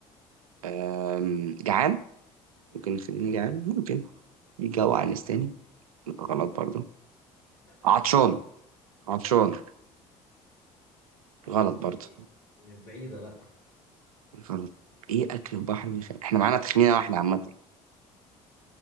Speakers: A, on the right; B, on the left.
A: أم... جعان ممكن يخليني جعان ممكن يجوع ناس تاني غلط برضو
B: افتح نفسك
A: عطشان عطشان
B: يعني
A: غلط برضو
B: بعيدة لا
A: غلط ايه اكل البحر بيخلي احنا معانا تخمينه واحده عامه